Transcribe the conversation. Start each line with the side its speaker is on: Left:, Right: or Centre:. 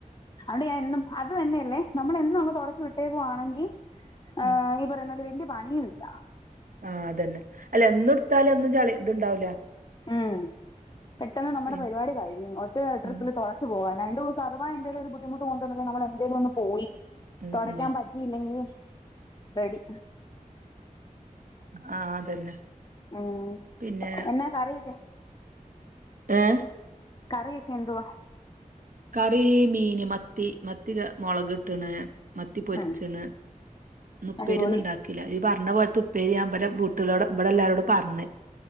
Left: അവടെ ഞാൻ എന്നും അത് തന്നെയല്ലേ നമ്മളും അങ്ങ് തുടച്ചു വിട്ടേക്കുവാണെങ്കി ആ
Right: ഉം
Left: ഈ പറയുന്ന വല്യ പണി ഇല്ല.
Right: ആഹ് അതന്നെ അല്ല എന്നും ഇടുത്താല എന്ന്നും ചളി ഇതുണ്ടാവൂല.
Left: ഉമ് പെട്ടെന്ന് നമ്മുടെ
Right: പിൻ
Left: പരിപാടി കഴിയും ഒറ്റ ട്രിപ്പില്
Right: ഉം
Left: തുള പോവാൻ രണ്ട ദിവസം അഥവാ എന്തേലും ഒരു ബുദ്ധിമുട്ട്ണ്ടെങ്ക നമ്മ എന്തേലും ഒന്ന് പോയി
Right: ഉം
Left: തുടക്കൻ
Right: ഉം
Left: പ റ്റില്ലെങ്കിൽ റെഡി
Right: ആ അതന്നെ
Left: ഉമ്
Right: പിന്നെ
Left: എന്നാ കറിയക്കെ?
Right: ഏഹ്
Left: കറിയൊക്കെ എന്തുവാ?
Right: കറി മീൻ മത്തി മ മത്തിക മുളക് ഇട്ടണ് മത്തി പൊരിച്ചണ്
Left: ഉം
Right: ന്നുപ്പേരിന്നോണ്ടാ
Left: അടിപൊളി
Right: ക്കില്ല ഇയ്യ് പറഞ്ഞ പോലെതെ ഉപ്പേരി ഞാന് ഇബലെ ബട്ടുകളോട് ഇവിടെ എല്ലാരോട പറഞ്